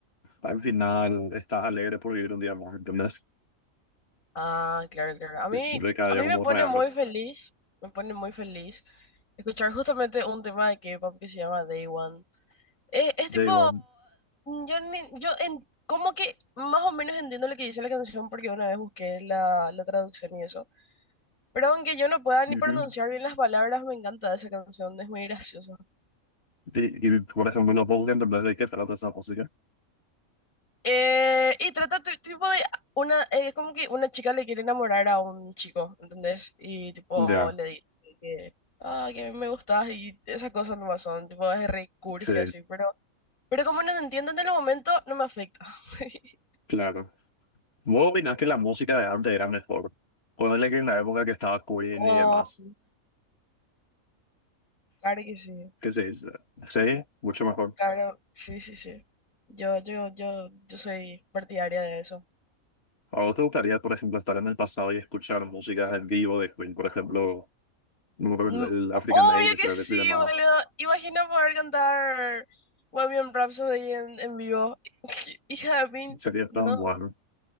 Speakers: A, on the left; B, on the left.
A: al final está alegre por vivir un día más, ¿entendés?
B: Ah, claro, claro. A mí,
A: De cada
B: a
A: día
B: mí
A: como
B: me pone
A: un regalo.
B: muy feliz, me pone muy feliz escuchar justamente un tema de K-pop que se llama Day One. Es, es
A: De
B: tipo,
A: igual.
B: yo, ni- yo en, como que más o menos entiendo lo que dice la canción porque una vez busqué la, la traducción y eso. Pero aunque yo no pueda ni
A: Y,
B: pronunciar
A: y-
B: bien las palabras, me encanta esa canción, es muy graciosa.
A: y, por ejemplo, no puedo entender de qué trata esa música.
B: Eh, y trata tu- tipo de una, eh, es como que una chica le quiere enamorar a un chico, ¿entendés? Y tipo
A: Ya,
B: le dice que, ah, que me gustas y esas cosas nomás son, tipo es re cursi
A: sí,
B: así, pero, pero como no te entiendo en el momento, no me afecta. <laughs>
A: claro. ¿Vos opinás que la música de antes era mejor? Ponele que en la época que estaba Queen
B: Oh,
A: y demás.
B: claro que sí,
A: ¿Qué se dice? Sí, mucho mejor.
B: claro, sí, sí, sí. Yo, yo, yo, yo soy partidaria de eso.
A: ¿A vos te gustaría, por ejemplo, estar en el pasado y escuchar música en vivo de Queen? Por ejemplo, no me acuerdo,
B: Mm,
A: el
B: Obvio
A: African Ale,
B: que
A: creo
B: sí,
A: que se llamaba.
B: boludo. Imagina poder cantar Bohemian Rhapsody en, en vivo. <laughs> Hija de pin,
A: Sería tan
B: no.
A: bueno.